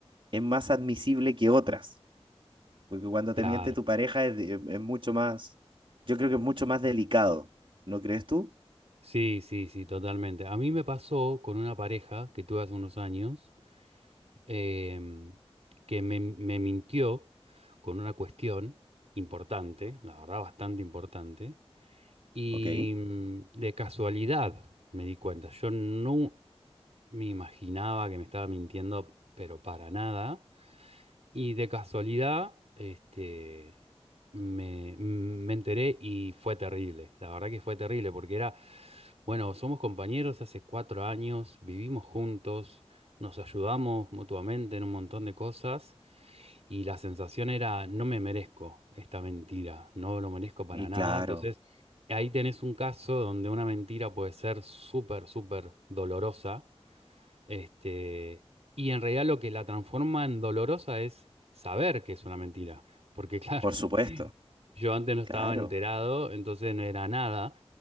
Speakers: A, on the right; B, on the right.
A: es más admisible que otras, porque cuando
B: Claro.
A: te miente tu pareja es, de- es mucho más, yo creo que es mucho más delicado, ¿no crees tú?
B: Sí, sí, sí, totalmente. A mí me pasó con una pareja que tuve hace unos años em, que me, me mintió con una cuestión importante, la verdad bastante importante, y
A: Ok,
B: mm, de casualidad me di cuenta. Yo no, me imaginaba que me estaba mintiendo, pero para nada. Y de casualidad, este, me, me enteré y fue terrible. La verdad que fue terrible porque era, bueno, somos compañeros hace cuatro años, vivimos juntos, nos ayudamos mutuamente en un montón de cosas y la sensación era, no me merezco esta mentira, no lo merezco para
A: y
B: nada.
A: claro,
B: Entonces, ahí tenés un caso donde una mentira puede ser súper, súper dolorosa este, y en realidad lo que la transforma en dolorosa es saber que es una mentira. Porque claro,
A: por
B: <laughs>
A: supuesto.
B: yo antes no estaba
A: Claro,
B: enterado, entonces no era nada.